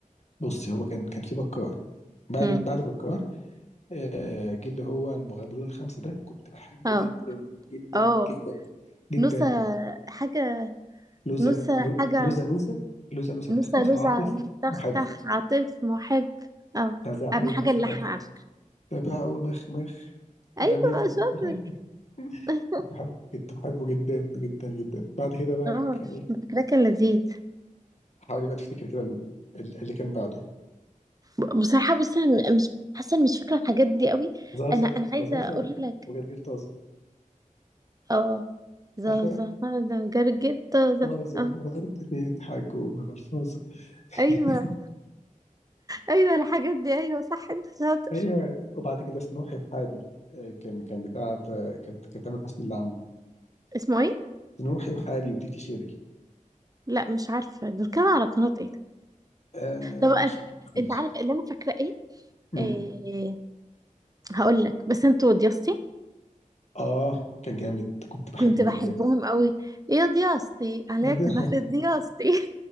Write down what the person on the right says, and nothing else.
مم.
اه
اه
نوسة حاجة
نوسة
حاجة
نوسة
لوزة
تختخ
عاطف محب اه
أهم حاجة
اللحن على فكرة
أيوة
شاطر
<laughs>
اه
فكرة كان لذيذ
ب- بصراحة بصي أنا م- مش حاسة إني مش فاكرة الحاجات دي قوي
أنا أنا عايزة
أقول
لك
اه زازا
أنا جرجيت زازا
اه
أيوة
أيوة الحاجات دي أيوة صح أنت شاطر
اسمه إيه؟
لا مش عارفة دول كانوا على قناة إيه ده؟
طب أنا
أنت عارف اللي أنا فاكرة إيه؟
إيه هقول لك بس أنت وضيستي
كنت بحبهم
قوي يا ضياستي عليك
بحر ضياستي